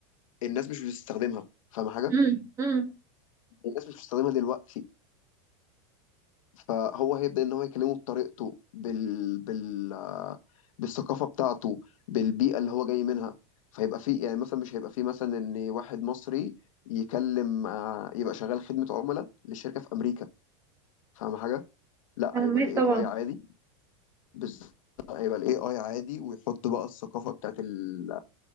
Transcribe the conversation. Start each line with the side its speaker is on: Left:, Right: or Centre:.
Left: الناس مش بتستخدمها فاهمه حاجه
Right: امم امم
Left: الناس مش بتستخدمها دلوقتي فهو هيبدأ ان هو يكلمه بطريقته بال... بال... بالثقافة بتاعته بالبيئة اللي هو جاي منها فيبقى فيه يعني مثلا مش هيبقى فيه مثلا ان واحد مصري يكلم آه، يبقى شغال خدمة عملاء لشركة في أمريكا فاهم حاجة؟ لا
Right: فاهمك
Left: هيبقى الاي
Right: طبعا
Left: اي عادي بالظبط هيبقى الاي اي عادي ويحط بقى الثقافة بتاعت ال...